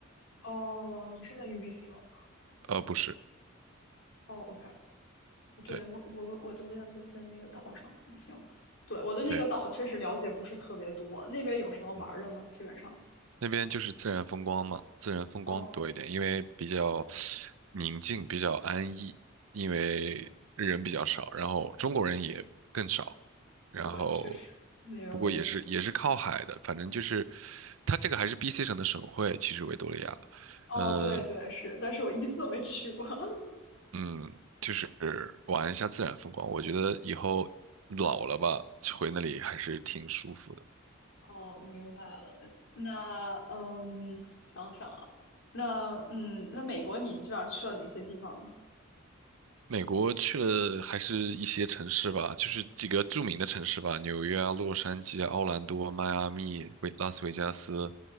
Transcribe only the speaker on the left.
哦，你是在 UBC 吗？
哦，OK，哦对，
我我我都要在在那个岛上，行，对，我对那个岛确实了解不是特别多，
那边有什么玩儿的吗？
基本上，
哦，
对，确实那边我没。
哦，
对对是，但是我一次都没去过。<laughs>
哦，明白了。那嗯，想想啊，那嗯，那美国你基本上去了哪些地方呢？